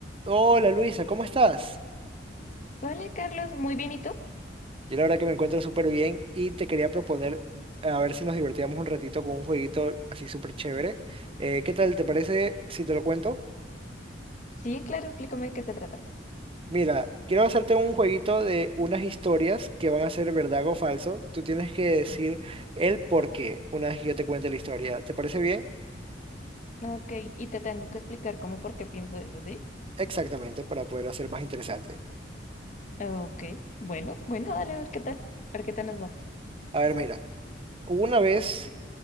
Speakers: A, on the right; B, on the left.
A: Hola Luisa, ¿cómo estás?
B: Hola Carlos, muy bien, ¿y tú?
A: Yo la verdad que me encuentro súper bien y te quería proponer a ver si nos divertíamos un ratito con un jueguito así súper chévere. Eh, ¿qué tal? ¿Te parece si te lo cuento?
B: Sí, claro, explícame de qué se trata.
A: Mira, quiero hacerte un jueguito de unas historias que van a ser verdad o falso. Tú tienes que decir
B: Ujú.
A: el por qué una vez que yo te cuente la historia. ¿Te parece bien?
B: Ok, y te tengo que explicar cómo por qué pienso eso, ¿sí?
A: Exactamente, para poderlo hacer más interesante.
B: Ok, bueno, bueno, dale a ver qué tal, a ver qué tal nos va.
A: A ver, mira, hubo una vez